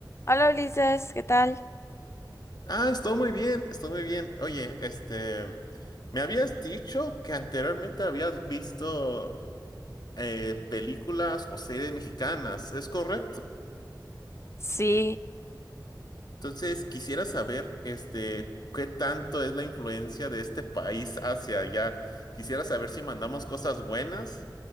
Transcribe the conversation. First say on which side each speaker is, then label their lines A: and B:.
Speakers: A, on the left; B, on the left.
A: Hola Ulises, ¿qué tal?
B: Ah, estoy muy bien, estoy muy bien. Oye, este, me habías dicho que anteriormente habías visto eh, películas o series mexicanas, es correcto.
A: Sí,
B: Entonces, quisiera saber, este, qué tanto es la influencia de este país hacia allá. Quisiera saber si mandamos cosas buenas